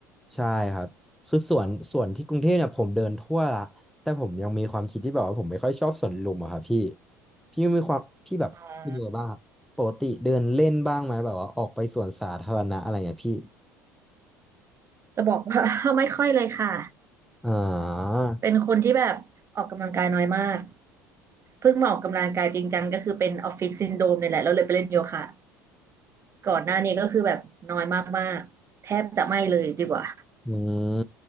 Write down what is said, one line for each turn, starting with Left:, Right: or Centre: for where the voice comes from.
Centre: ใช่ครับคือสวนสวนที่กรุงเทพเนี่ยผมเดินทั่วละแต่ผมยังมีความคิดที่แบบว่าผมไม่ค่อยชอบสวนลุมอะครับพี่พี่มีความพี่แบบเป็นยังไงบ้างครับปกติเดินเล่นบ้างไหมแบบว่าออกไปสวนสาธารณะอะไรเงี้ยพี่
Right: อ๋อจะบอกว่า <laughs> ไม่ค่อยเลยค่ะ
Centre: อ่า
Right: เป็นคนที่แบบออกกำลังกายน้อยมากเพิ่งมาออกกำลังกายจริงจังก็คือเป็นออฟฟิศซินโดรมเนี่ยแหละเราเลยไปเล่นโยคะ ก่อนหน้านี้ก็คือแบบน้อยมากๆแทบจะไม่เลยดีกว่า
Centre: อืม